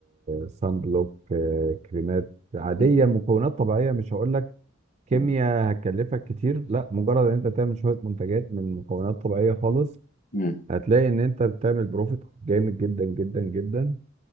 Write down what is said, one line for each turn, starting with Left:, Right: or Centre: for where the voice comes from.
Right: صن بلوك آه، كريمات عادية
Left: مم.
Right: مكونات طبيعية مش هقول لك كيمياء
Left: مم.
Right: هتكلفك كتير لا مجرد ان انت تعمل شوية منتجات من مكونات طبيعية خالص
Left: مم.
Right: هتلاقي ان انت بتعمل بروفيت جامد جدا جدا جدا